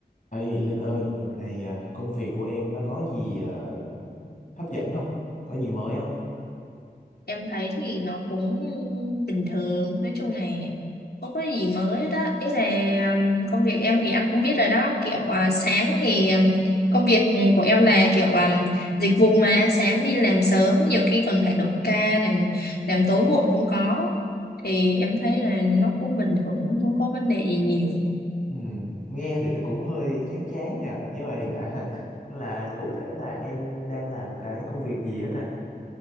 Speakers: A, on the left; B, on the left.
A: Ê Linh ơi, đợt này à, công việc của em nó có gì à, hấp dẫn không? Có gì mới không?
B: Em thấy thì nó cũng bình thường, nói chung là không có gì mới hết á. Ý là um, công việc em thì anh cũng biết rồi đó, kiểu à, sáng thì um, công việc của em là kiểu um, dịch vụ mà sáng đi làm sớm, nhiều khi còn phải đổi ca làm làm tối muộn cũng có. Thì em thấy là nó cũng bình thường, không có vấn đề gì nhiều.
A: Ừm, nghe thì nó cũng hơi chán chán nha. Nhưng mà hiện tại là, <laughs> là cụ thể là em đang làm cái công việc gì á ta?